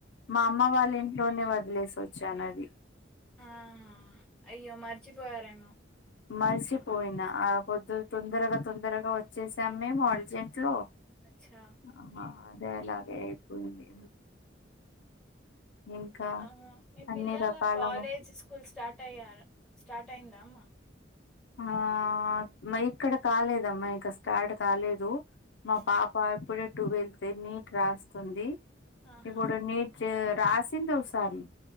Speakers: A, on the left; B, in the centre.
A: మా అమ్మ వాళ్ళ ఇంట్లోనే వదిలేసి వచ్చాను అది
B: ఆహా అయ్యో మరిచిపోయారండి
A: మరిసిపోయిన ఆ పొద్దు తొందరగా తొందరగా వచ్చేసాం మేము అర్జెంట్ లో
B: అచ్చా
A: ఆ అదే అలాగే
B: మ్మ్
A: అయిపోయింది ఇంకా
B: ఆహ మీ
A: అన్ని
B: పిల్లల
A: రకాల
B: కాలేజ్
A: మొ
B: స్కూల్ స్టార్ట్ టయ్యార స్టార్ట్ అయిందా అమ్మా
A: ఆ మా ఇక్కడ కాలేదమ్మా ఇంకా స్టార్ట్ కాలేదు మా
B: ఆహా
A: పాప ఇప్పుడే టువెల్త్ నీట్ రాస్తుంది
B: ఆహా
A: ఇప్పుడు నీట్ రాసింది ఒకసారి